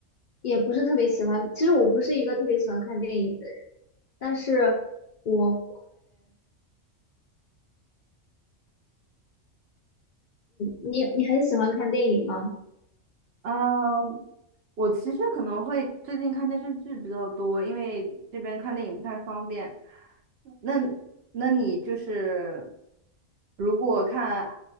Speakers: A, on the left (about 65°); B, on the right (about 60°).
A: 也不是特别喜欢。其实我不是一个特别喜欢看电影的人，但是我，你你很喜欢看电影吗？
B: 嗯，我其实可能会最近看电视剧比较多，因为这边看电影不太方便。那那你就是如果看